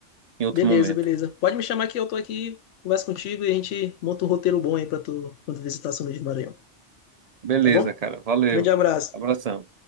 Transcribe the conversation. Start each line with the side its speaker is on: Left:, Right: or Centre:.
Right: em outro
Left: Beleza,
Right: momento.
Left: beleza. Pode me chamar que eu tô aqui, converso contigo e a gente monta um roteiro bom aí pra tu quando visitar São Luís do Maranhão.
Right: Beleza,
Left: Tá bom?
Right: cara. Valeu.
Left: Grande abraço.
Right: Abração.